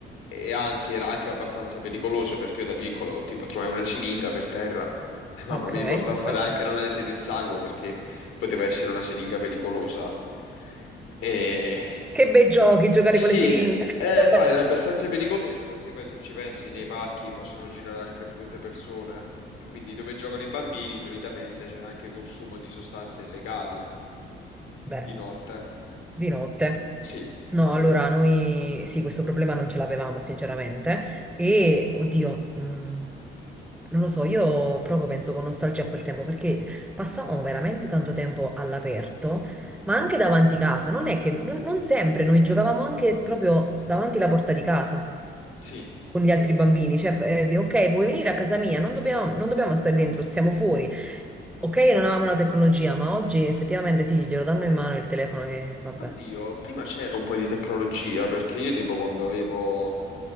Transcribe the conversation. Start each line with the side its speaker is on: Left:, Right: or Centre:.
Left: e anzi, era anche abbastanza pericoloso perché io da piccolo, tipo, trovai una siringa per terra e mamma
Centre: Ok,
Left: mi portò
Centre: perfetto.
Left: a fare anche l'analisi del sangue perché poteva essere una siringa pericolosa. E
Centre: Che bei giochi, giocare
Left: sì,
Centre: con le siringhe. <laughs>
Left: eh, no, era abbastanza pericoloso perché poi se ci pensi nei parchi possono girare anche brutte persone e quindi dove giocano i bambini solitamente c'è anche consumo di sostanze illegali
Centre: Beh,
Left: di notte.
Centre: di notte.
Left: Sì,
Centre: No,
Left: vabbè,
Centre: allora noi sì, questo problema non ce l'avevamo sinceramente e oddio, mm, non lo so, io proprio penso con nostalgia a quel tempo perché passavamo veramente tanto tempo all'aperto, ma anche davanti casa, non è che non, non sempre noi giocavamo anche proprio davanti la porta di casa.
Left: sì.
Centre: con gli
Left: Eh,
Centre: altri bambini, cioè eh, di ok, vuoi venire a casa mia? Non dobbiamo, non dobbiamo stare dentro, stiamo fuori. Ok, non avevamo la tecnologia, ma oggi effettivamente sì, glielo danno in mano il telefono e vabbè.
Left: Oddio, prima c'era un po' di tecnologia, perché io tipo quando avevo